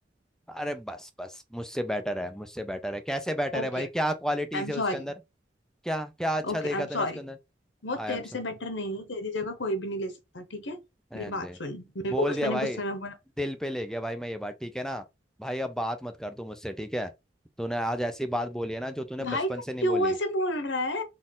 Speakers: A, in the centre; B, on the left.
A: अरे बस बस मुझसे बेटर है मुझसे बेटर है कैसे बेटर
B: Okay
A: है भाई क्या क्वालिटीज
B: I am
A: है उसके
B: sorry
A: अंदर क्या क्या अच्छा
B: Okay
A: देखा
B: I am
A: तूने
B: sorry
A: उसके अंदर
B: वो
A: I
B: तेरे
A: am
B: से
A: so
B: बेटर नहीं है तेरी जगह कोई भी नहीं ले सकता ठीक है
A: रहने
B: मेरी बात
A: दे
B: सुन मेरे
A: बोल
B: को बस
A: दिया
B: मैंने
A: भाई
B: गुस्से में बोला
A: दिल पे ले गया भाई मैं ये बात ठीक है ना भाई अब बात मत कर तू मुझसे ठीक है तूने आज ऐसी बात बोली है ना जो तूने
B: भाई
A: बचपन
B: तू
A: से नहीं
B: क्यों
A: बोली
B: ऐसे बोल रहा है